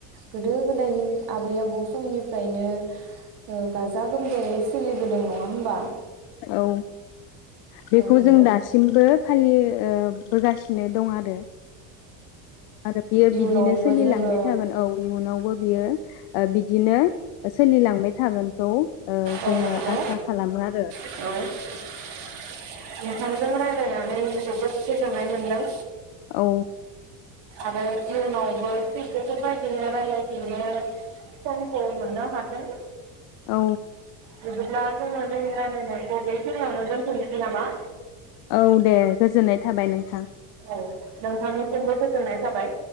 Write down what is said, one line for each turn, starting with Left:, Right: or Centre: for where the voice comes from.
Right: गोदो गोदायनि आबै आबौ समनिफ्रायनो ओ गाजा गोमजायै सोलिबोदों नङा होमबा।
Left: औ बेखौ
Right: औ नंगौ
Left: जों दासिमबो फालि ओ बोगासिनो दं आरो। आरो बियो
Right: इयुनावबो
Left: बिदिनो सोलिलांबाय
Right: जोङो
Left: थागोन औ इयुनावबो बियो ओ बिदिनो ओ सोलिलांबाय थागोनखौ ओ जोङो
Right: औ नंगौ
Left: आसा खालामो आरो।
Right: औ। रांजों रायलायनानै जोबोद गोजोननाय मोन्दों।
Left: औ।
Right: आरो इयनावबो थिग बेफोरबायदिनो रायलायफिनो समखौ मोननो हाथों।
Left: औ।
Right: बिदिब्ला जोङो जोंनि रायलायनायखौ बेखिनियावनो दोनथ'नोसै नामा?
Left: औ दे गोजोननाय थाबाय नों
Right: औ नोंथांनि सिमबो गोजोननाय थाबाय।